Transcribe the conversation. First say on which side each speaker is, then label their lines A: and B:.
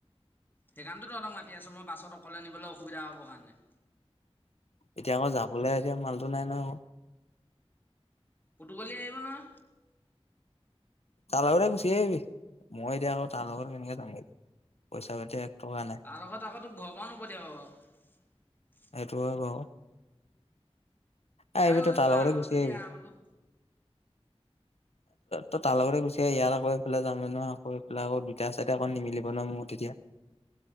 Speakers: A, on the left; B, on the left.
A: সেইকাৰণটো তহঁতক মাতি আছো। মই বাছত অকলে নিবলৈ সুবিধা হব কাৰণে?
B: এতিয়া আকৌ যাবলৈ এতিয়া মালটো নাই নহ আকৌ
A: পুতুকলি আহিব নহয়
B: তাৰ লগতে গুচি আহিবি মই এতিয়া আকৌ তাৰ লগৰ কেনেকে যাম পইচা পাতি টকা নাই
A: আৰু আগত <unintelligible> আকৌ তোক ঘৰ পাও নোপঠিয়াব আক
B: সেইটো হয় বাৰু
A: সেইকাৰণে
B: আহিবি
A: কৈছো
B: তাৰ
A: তই
B: লগতে
A: আহ
B: গুচি
A: যদি
B: আহিবি
A: আহ বোলো
B: ত তাৰ লগতে গুচি আহ ইয়াৰ আকৌ এইফালে যামে ন আকৌ এইফালে আকৌ দুটা চাইডে আকৌ নিমিলিব ন মোৰ তেতিয়া